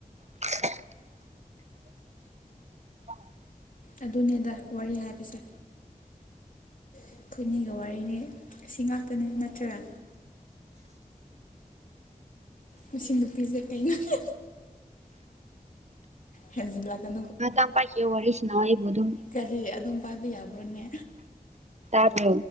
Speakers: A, on the right; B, on the left.
A: <unintelligible>
B: ꯑꯗꯨꯅꯦꯗ ꯋꯥꯔꯤ ꯍꯥꯏꯕꯁꯦ ꯈꯨꯈꯣꯏꯅꯤꯒ ꯋꯥꯔꯤꯅꯤ ꯁꯤ ꯉꯥꯛꯇꯅꯤ ꯅꯠꯇ꯭ꯔꯥ ꯃꯁꯤꯡ ꯅꯨꯄꯤꯁꯦ ꯀꯩꯅꯩꯅꯣ ꯍꯦꯟꯖꯤꯜꯂꯥꯛꯀꯗ
A: ꯉ ꯇ ꯄꯥꯏꯁꯤ ꯋꯥꯔꯤꯁꯅ ꯏꯕꯨꯗꯨ
B: ꯀꯔꯤ ꯑꯗꯨꯝ ꯄꯥꯏꯕ ꯌꯥꯕ꯭ꯔꯣꯅꯦ
A: ꯑꯗ